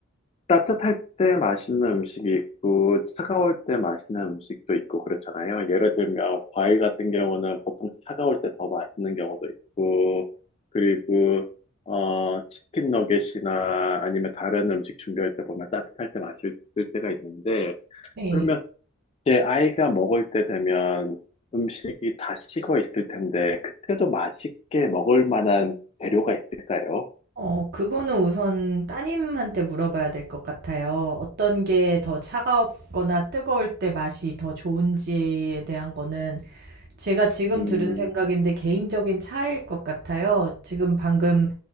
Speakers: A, on the left; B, on the right.
A: 따뜻할 때 맛있는 음식이 있고, 차가울 때 맛있는 음식도 있고, 그렇잖아요. 예를 들면, 과일 같은 경우는 보통 차가울 때 더 맛있는 경우도 있고, 그리고, 어, 치킨 너겟이나 아니면 다른 음식 준비할 때 보면 따뜻할 때 맛있을 때가 있는데,
B: 네.
A: 그러면 제 아이가 먹을 때 되면 음식이 다 식어 있을 텐데, 그때도 맛있게 먹을 만한 재료가 있을까요?
B: 어, 그거는 우선 따님한테 물어봐야 될 것 같아요. 어떤 게 더 차가웠거나 뜨거울 때 맛이 더 좋은지에 대한 거는 제가 지금
A: 음,
B: 들은 생각인데 개인적인 차이일 것 같아요. 지금 방금